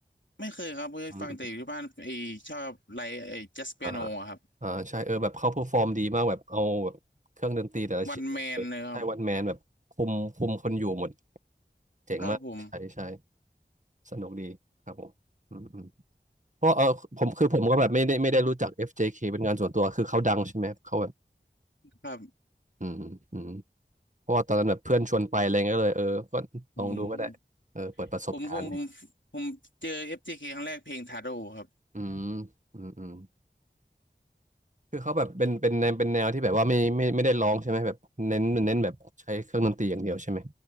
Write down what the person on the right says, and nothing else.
อืมอ่าอ่าใช่เออแบบเขาเพอร์ฟอร์มดีมากแบบเอาแบบเครื่องดนตรีแต่ละชิ้น
ไต้หวันแมนแบบคุมคุมคนอยู่หมดเจ๋งมากใช่ใช่
สนุกดีครับผมอืมอืม เพราะเออผมคือผมก็แบบไม่ได้ไม่ได้รู้จัก FJK เจเคเป็นงานส่วนตัวคือเขาดังใช่ไหมเขาแบบ
อืมอืมเพราะว่าตอนนั้นแบบเพื่อนชวนไปอะไรเงี้ยก็เลยเออก็ลองดูก็ได้เออเปิดประสบการณ์ดิ
อืมอืมอืมคือเขาแบบเป็นเป็นแนวเป็นแนวที่แบบว่าไม่ไม่ไม่ได้ร้องใช่ไหมแบบเน้นเน้นแบบใช้เครื่องดนตรีอย่างเดียวใช่ไหม